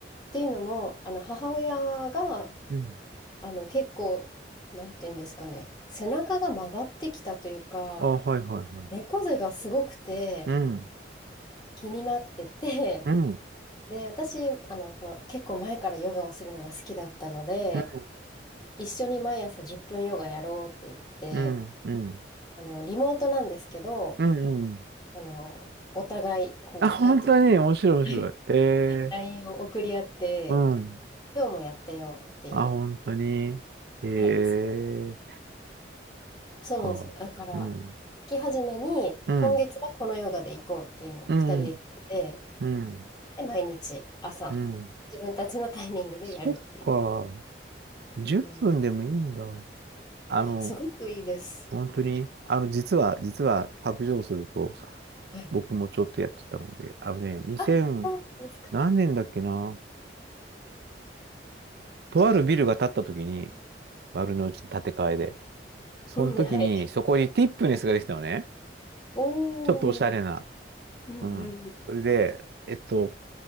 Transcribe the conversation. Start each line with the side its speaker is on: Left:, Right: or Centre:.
Left: ていうのも、あの母親が
Right: ん。
Left: あの結構、なんていうんですかね、背中が曲がってきたというか、
Right: あ、はいはいはい。
Left: 猫背がすごくて
Right: うん。
Left: 気になってて、
Right: うん。
Left: で、私、あの、その結構前からヨガをするのが好きだったので、
Right: うん。
Left: 一緒に毎朝10分ヨガやろうって言って、
Right: うん。うん。
Left: あの、リモートなんですけど、
Right: うん。うん
Left: あの、お互い、こう、
Right: あ、本当に面白い面白い。
Left: なんていうか、はい
Right: え
Left: LINE を送り合って、
Right: うん。
Left: 今日もやったよっていう、
Right: あ、本当に。ええ
Left: はい、月、そうなんですよ。
Right: か。
Left: だから、
Right: うん。
Left: 月初めに、
Right: うん。
Left: 今月はこのヨガで行こうっていうのを2人で決めて、
Right: うん。うん。
Left: で、毎日朝、
Right: うん。
Left: 自分たちのタイミングでやるっていう。
Right: そっか。10分でもいいんだ。
Left: うん、
Right: あの、
Left: すごくいいです。
Right: 本当に、あの、実は、実は、白状すると、
Left: はい。
Right: 僕もちょっとやってたので、あのね、2000、
Left: あ、そうですか。
Right: 何年だっけな。とあるビルが建った時に、
Left: うん。
Right: 丸の内に建て替えで。その時に、
Left: うん、はい。
Right: そこにティップネスができたのね。
Left: おー。
Right: ちょっとおしゃれな。
Left: うんうんうん
Right: うん。それで、えっと、